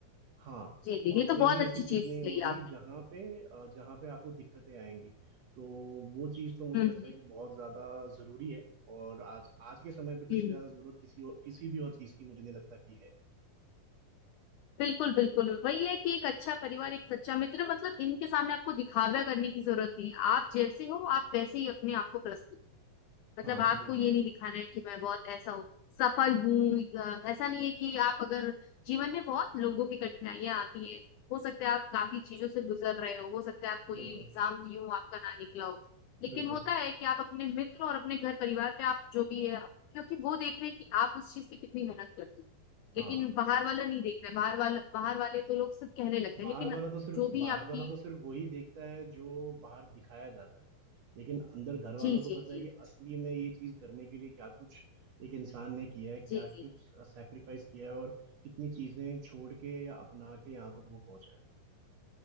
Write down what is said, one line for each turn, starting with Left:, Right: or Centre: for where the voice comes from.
Right: हाँ
Left: जी जी
Right: और
Left: ये
Right: कोई
Left: तो बहुत
Right: भी
Left: अच्छी
Right: ऐसी चीज
Left: चीज
Right: नहीं होगी
Left: कही आपने
Right: जहाँ पे अ, जहाँ पे आपको दिक्कतें आएंगी तो वो चीज तो मुझे
Left: हम्म
Right: लगता
Left: हम्म
Right: है कि बहुत ज्यादा जरूरी है और आज आज के समय पे तो
Left: हम्म,
Right: इससे ज्यादा जरूरत किसी और किसी भी और चीज की मुझे नहीं लगता कि है
Left: बिल्कुल बिल्कुल वही है कि एक अच्छा परिवार एक सच्चा मित्र मतलब इनके सामने आपको दिखावा करने की जरूरत नहीं है आप जैसे हो आप वैसे ही अपने आप को प्रस्तुत मतलब
Right: हाँ
Left: आपको
Right: बिल्कुल
Left: ये नहीं दिखाना है कि मैं बहुत ऐसा हूँ सफल हूँ अ, ऐसा नहीं है कि आप अगर जीवन में बहुत लोगों की कठिनाइयां आती हैं हो सकता है आप काफी चीजों से गुजर रहे हो हो सकता है आप कोई
Right: बिल्कुल
Left: एग्जाम दिए हो आपका ना निकला हो लेकिन
Right: बिल्कुल
Left: होता है कि आप अपने मित्र और अपने घर परिवार पे आप जो भी है क्योंकि वो देख रहे हैं कि आप उस चीज पे कितनी मेहनत करते हो
Right: हाँ
Left: लेकिन बाहर वाला नहीं देख रहे बाहर वाला बाहर वाले तो लोग सिर्फ कहने लगते
Right: बाहर
Left: हैं लेकिन
Right: वाला तो सिर्फ
Left: जो भी
Right: बाहर
Left: आपकी
Right: वाला तो सिर्फ वही देखता है जो बाहर दिखाया जाता है लेकिन अंदर घर वालों
Left: जी
Right: को
Left: जी
Right: पता
Left: जी
Right: है कि असली में ये चीज करने के लिए क्या कुछ एक इंसान ने किया है क्या
Left: जी
Right: कुछ
Left: जी
Right: सैक्रिफाइस किया है और कितनी चीजें छोड़ के या अपना के यहाँ तक वो पहुंचा है